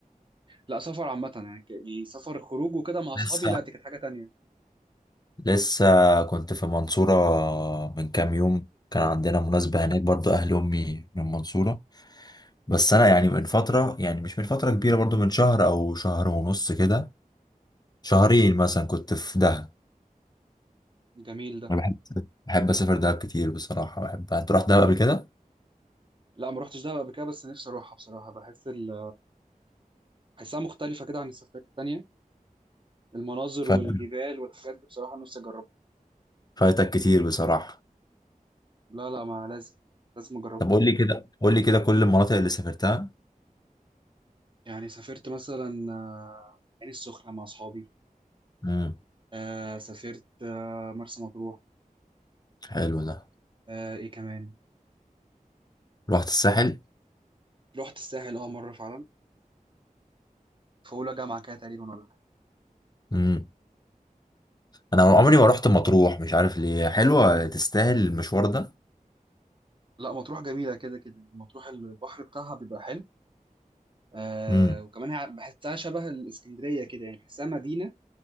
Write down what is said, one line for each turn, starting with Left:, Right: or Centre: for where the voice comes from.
Right: لا سفر عامه يعني ك- يعني سفر خروج وكده مع اصحابي
Left: لسه
Right: لا دي كانت حاجه تانية
Left: لسه كنت في المنصورة من كام يوم كان عندنا مناسبة هناك برضو أهل أمي من المنصورة بس أنا يعني من فترة يعني مش من فترة كبيرة برضو من شهر أو شهر ونص كده شهرين مثلا كنت في دهب
Right: جميل ده
Left: انا بحب بحب اسافر دهب كتير بصراحه بحب انت رحت دهب قبل كده
Right: لا ما روحتش دهب قبل كده بس نفسي اروحها بصراحه بحس ال... بحسها مختلفه كده عن السفرات التانية المناظر
Left: فاتك
Right: والجبال والحاجات دي بصراحه نفسي اجربها
Left: فاتك كتير بصراحه
Right: لا لا ما لازم لازم اجربها
Left: طب قول لي كده قول لي كده كل المناطق اللي سافرتها
Right: يعني سافرت مثلا آه، العين السخنه مع اصحابي
Left: امم
Right: آه، سافرت آه، مرسى مطروح
Left: حلو ده
Right: آه، ايه كمان
Left: رحت الساحل
Right: رحت الساحل اه مره فعلا في اولى جامعه كده تقريبا ولا حاجه
Left: امم انا عمري ما رحت مطروح مش عارف ليه حلوه تستاهل المشوار ده
Right: لا مطروح جميله كده كده مطروح البحر بتاعها بيبقى حلو آه
Left: امم
Right: وكمان هي بحسها شبه الاسكندريه كده يعني بحسها مدينه